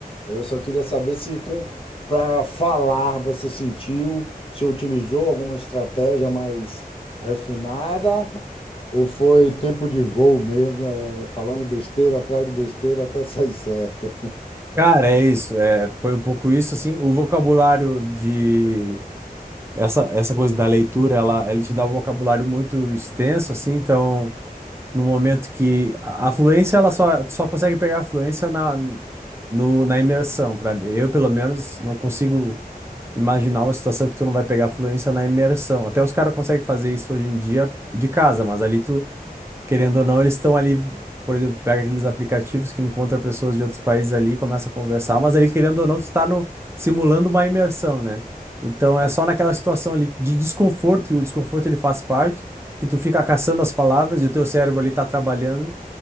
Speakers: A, on the left; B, on the right.
A: Eu só queria saber se para falar você sentiu, se utilizou alguma estratégia mais refinada ou foi tempo de voo mesmo, é, falando besteira atrás de besteira até sair certo.
B: Cara, é isso. É, foi um pouco isso, assim. O vocabulário de essa, essa coisa da leitura, ela, ela te dá um vocabulário muito extenso, assim, então, no momento que a, a fluência, ela só, só consegue pegar a fluência na, no, na imersão, para eu, pelo menos, não consigo imaginar uma situação que tu não vai pegar a fluência na imersão. Até os caras conseguem fazer isso hoje em dia de casa, mas ali tu Querendo ou não, eles estão ali, por exemplo, pega aqueles aplicativos que encontra pessoas de outros países ali, começa a conversar, mas ali, querendo ou não, tu está no, simulando uma imersão, né? Então é só naquela situação ali de desconforto, e o desconforto ele faz parte, que tu fica caçando as palavras e o teu cérebro ali tá trabalhando,